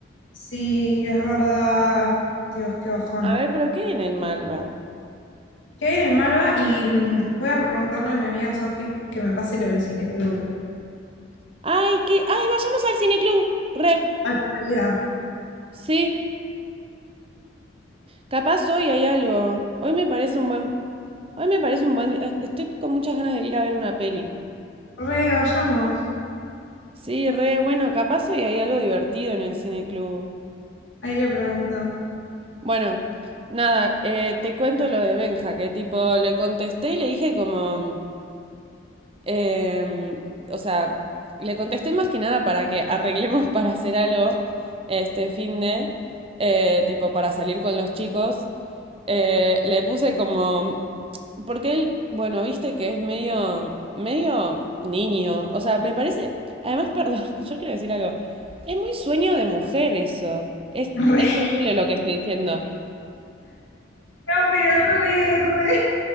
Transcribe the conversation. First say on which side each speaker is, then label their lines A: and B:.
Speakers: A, on the left; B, on the right.
A: Sí, es verdad. Dios, qué bajón.
B: A ver, ¿pero qué hay en el Malva?
A: ¿Qué hay en el Malva? Y mm, voy a preguntarle a mi amiga Sofi que me pase lo del cineclub.
B: Ay, que, ay, vayamos al cineclub. Re.
A: Ay, querida.
B: Sí. Capaz hoy hay algo. Hoy me parece un buen, hoy me parece un buen, día. estoy con muchas ganas de ir a ver una peli.
A: Re, vayamos.
B: Sí, re, bueno, capaz hoy hay algo divertido en el cineclub.
A: Ahí le pregunto.
B: Bueno, nada, eh, te cuento lo de Benja, que tipo le contesté y le dije como, em, o sea, le contesté más que nada para que arreglemos <laughs> para hacer algo este fin de, eh, tipo para salir con los chicos. Eh, le puse como. Porque él, bueno, viste que es medio, medio niño. O sea, me parece. Además, perdón, <laughs> yo quiero decir algo. Es muy sueño de mujer eso. Es,
A: <laughs> Re.
B: es horrible lo que estoy diciendo.
A: No, pero re, re.